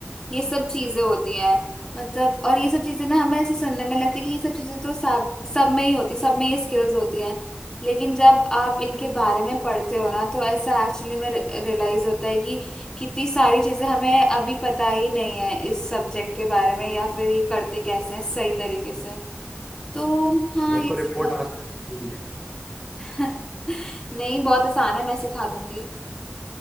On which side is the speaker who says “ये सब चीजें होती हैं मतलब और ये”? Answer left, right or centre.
Left